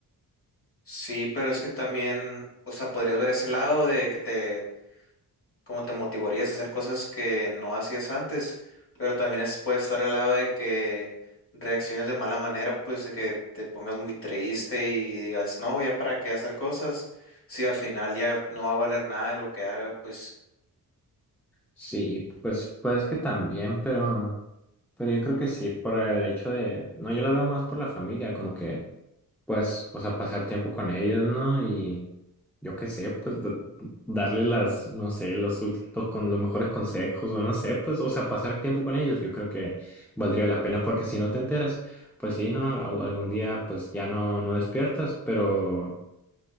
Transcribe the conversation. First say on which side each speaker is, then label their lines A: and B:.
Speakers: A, on the left; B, in the centre.
A: Sí, pero es que también, o sea, podrías ver ese lado de que te, como te motivarías a hacer cosas que no hacías antes, pero también es, puede estar al lado de que reacciones de mala manera, pues de que te pongas muy triste y digas, no, ya para qué hacer cosas, si al final ya no va a valer nada de lo que haga, pues
B: Sí, pues, pues que también, pero, pero yo creo que sí, por el hecho de, no, yo lo veo más por la familia, como que, pues, o sea, pasar tiempo con ellos, ¿no? yo qué sé, pues da- darle las, no sé, los, últimos con los mejores consejos o no sé, pues, o sea, pasar tiempo con ellos, yo creo que valdría la pena porque si no te enteras, pues sí, no, Al- algún día pues ya no, no despiertas, pero,